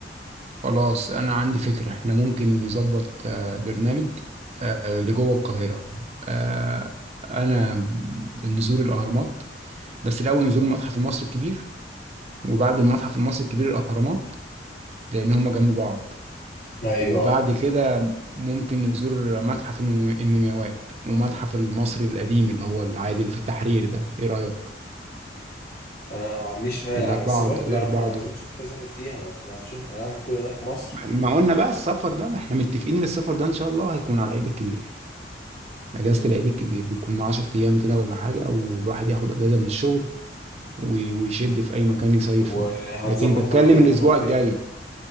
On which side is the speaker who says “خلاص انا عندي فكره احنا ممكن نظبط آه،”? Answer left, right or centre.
Right